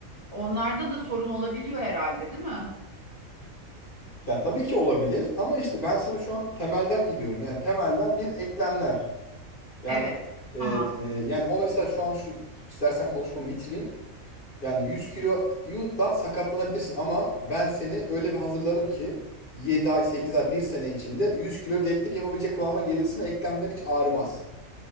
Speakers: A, on the right (about 30°); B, on the left (about 40°).
A: Onlarda da sorun olabiliyor herhalde, değil mi?
B: ya tabii ki olabilir ama işte ben sana şu an temelden gidiyorum. Yani temelden bir eklemler. Yani
A: Evet.
B: eee,
A: Tamam.
B: yani o mesela şu an şu istersen konuşmamı bitireyim. Yani 100 kilodan sakatlanabilirsin ama ben seni öyle bir hazırlarım ki 7 ay, 8 ay, bir sene içinde 100 kilo deadlift yapabilecek kıvama gelirsin ve eklemlerin hiç ağrımaz.